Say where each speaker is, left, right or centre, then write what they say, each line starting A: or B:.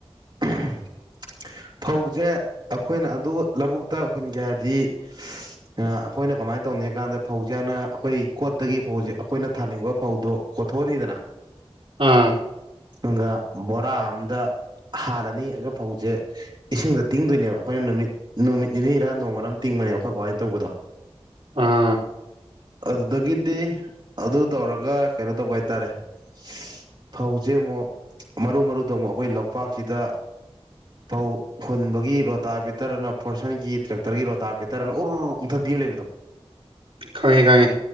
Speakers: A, on the right; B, on the right.
A: <unintelligible> ꯐꯧꯖꯦ ꯑꯈꯣꯏꯅ ꯑꯗꯨ ꯂꯧꯕꯨꯛꯇ ꯍꯨꯟꯒꯦ ꯍꯥꯏꯔꯗꯤ ꯑꯥ ꯑꯈꯣꯏꯅ ꯀꯃꯥꯏ ꯇꯧꯅꯤ ꯍꯦꯀꯥꯟꯗ ꯐꯧꯖꯦ ꯍꯥꯟꯅ ꯑꯈꯣꯏ ꯀꯣꯠꯇꯒꯤ ꯐꯧꯖꯦ ꯑꯈꯣꯏꯅ ꯊꯥꯅꯤꯡꯕ ꯐꯧꯗꯣ ꯀꯣꯊꯣꯛꯑꯅꯤꯗꯅ
B: ꯑꯥ
A: ꯑꯪꯒ ꯕꯣꯔꯥ ꯑꯝꯗ ꯍꯥꯜꯂꯅꯤ ꯑꯗꯣ ꯐꯧꯖꯦ ꯏꯁꯤꯡꯗ ꯇꯤꯡꯗꯣꯏꯅꯦꯕ ꯑꯩꯈꯣꯏꯅ ꯅꯨꯃꯤꯠ ꯅꯨꯃꯤꯠ ꯅꯤꯅꯤꯔ ꯅꯣꯡꯃꯔꯝ ꯇꯤꯡꯕ ꯑꯦ ꯈꯣꯏ ꯕꯥꯥꯍꯣꯏ ꯇꯧꯕꯗꯣ
B: ꯑꯥ
A: ꯑꯗꯨꯗꯒꯤꯗꯤ ꯑꯗꯨ ꯇꯧꯔꯒ ꯀꯩꯅꯣ ꯇꯧꯕ ꯍꯥꯏꯇꯥꯔꯦ <unintelligible> ꯐꯧꯖꯦ ꯑꯃꯨꯛ ꯃꯔꯨ ꯃꯔꯨꯗꯣ ꯑꯃꯨꯛ ꯑꯩꯈꯣꯏ ꯂꯧꯄꯥꯛꯁꯤꯗ ꯐꯧ ꯍꯨꯟꯕꯒꯤ ꯔꯣꯇꯥ ꯕꯦꯇꯔꯅ ꯐꯣꯔꯁꯟꯒꯤ ꯇ꯭ꯔꯦꯛꯇꯔꯒꯤ ꯔꯣꯇꯥ ꯄꯦꯠꯇꯔꯅ ꯎ꯭ꯔ ꯎꯪꯊꯠꯄꯤ ꯑꯝ ꯂꯩꯕꯗꯣ
B: ꯈꯪꯉꯦ ꯈꯪꯉꯦ